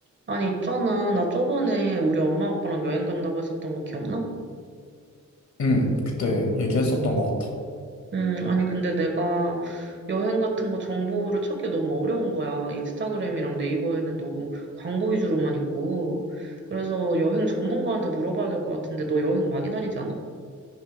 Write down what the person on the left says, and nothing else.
응, 그때 얘기했었던 것 같아.